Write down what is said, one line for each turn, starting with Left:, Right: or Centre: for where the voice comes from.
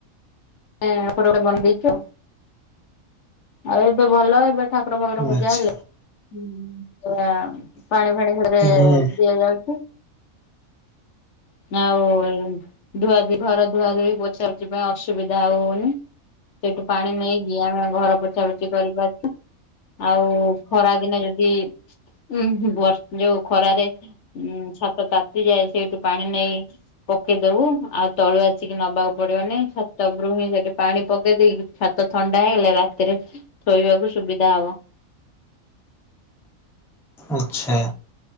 Left: ଏଁ ଏପଟେ ଗୋଟେ ବନ୍ ଦେଇଚ। ଆଉ ଏବେ ଭଲ ଏବେ ଠାକୁର ଫାକୁର ପୂଜା
Centre: ଆଚ୍ଛା
Left: ହେଲେ ହୁଁ ଯେ ପାଣି ଫାଣି ଘରେ
Centre: ହୁଁ
Left: ଦିଆଯାଉଛି। ଆଉ ଧୁଆ ଧୁଇ ଘର ଧୁଆ ଧୁଇ ପୋଛା ପୋଛି ପାଇଁ ଅସ୍ ସୁବିଧା ଆଉ ହଉନି। ସେଠୁ ପାଣି ନେଇକି ଆମେ ଘର ପୋଛାପୋଛି କରିପାରଛୁ। ଆଉ ଖରା ଦିନେ ଯଦି ଉଁହ୍ ବର୍ଷ୍ ଯୋଉ ଖରାରେ ଉଁ ଛାତ ତାତିଯାଏ, ସେଇଠୁ ପାଣି ନେଇ ପକେଇଦବୁ ଆଉ ତଳୁ ଆସିକି ନବାକୁ ପଡ଼ିବନି ଛା ସବ୍ ରୁମ୍ ହିଁ ସେଠି ପାଣି ପକେଇ ଦେଇକି, ଛାତ ଥଣ୍ଡା ହେଇଗଲେ, ରାତିରେ ଶୋଇବାକୁ ସୁବିଧା ହବ।
Centre: ଆଚ୍ଛା।